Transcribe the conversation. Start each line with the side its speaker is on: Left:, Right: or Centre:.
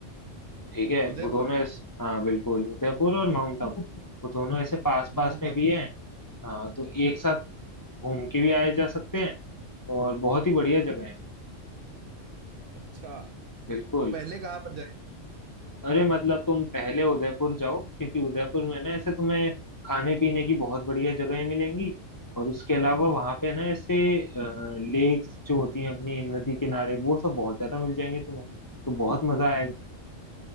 Left: ठीक है
Right: उदयपुर
Left: वो दोनों ऐस- हाँ बिल्कुल उदयपुर और माउंट आबू वो दोनों ऐसे पास पास
Right: माउंट
Left: में
Right: आबू
Left: भी हैं हाँ तो एक साथ घूम के भी आए जा सकते हैं और बहुत ही बढ़िया जगह है
Right: अच्छा
Left: बिल्कुल
Right: तो पहले कहाँ पर
Left: अरे मतलब तुम पहले उदयपुर जाओ क्योंकि उदयपुर में ना ऐसे तुम्हें खाने पीने की बहुत बढ़िया जगहें मिलेंगी और उसके अलावा वहां पे ना ऐसे लेक्स जो होती हैं अपनी नदी किनारे वो सब बहुत ज्यादा मिल जाएंगे तुम्हें तो बहुत मजा आएगा